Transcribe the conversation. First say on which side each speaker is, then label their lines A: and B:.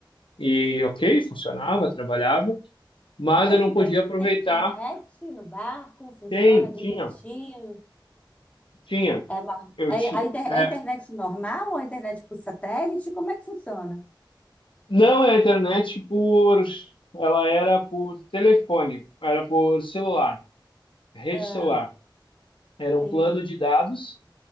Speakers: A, on the left; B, on the left.
A: E ok, funcionava, trabalhava. mas
B: Tem,
A: eu não
B: inter-
A: podia aproveitar.
B: tem internet no barco? Funciona
A: Tem,
B: direitinho?
A: tinha, tinha.
B: É, uma,
A: Eu
B: é,
A: ti,
B: a inter- é
A: é,
B: internet normal ou a internet por satélite? Como é que funciona?
A: não é a internet por, ela era por telefone, era por celular, rede
B: Ah,
A: celular. Era um
B: entendi.
A: plano de dados.